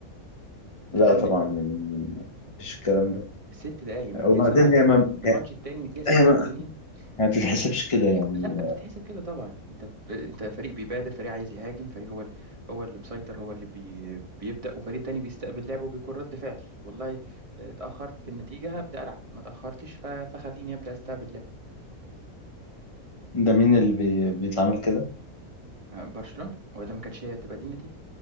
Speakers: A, on the right (about 25°); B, on the left (about 25°).
A: تخيل
B: لا طبعا
A: إن
B: يعني مفيش الكلام ده
A: ست دقايق من الدقيقة
B: وبعدين
A: سبعة
B: هي ما
A: في الماتش التاني من الدقيقة 87
B: هي ما ما بتتحسبش
A: من...
B: كده يعني
A: لا بتتحسب كده طبعا انت ب... انت فريق بيبادر فريق عايز يهاجم فريق هو ال... هو اللي مسيطر هو اللي بي... بيبدأ وفريق تاني بيستقبل لعبه وبيكون رد فعل والله آه، اتأخرت في النتيجة هبدأ ألعب ما اتأخرتش ف... فخليني أبدأ استقبل لعب
B: ده مين اللي بي... بيتعامل كده
A: آه، برشلونة ولا ما كانتش هي تبقى دي النتيجة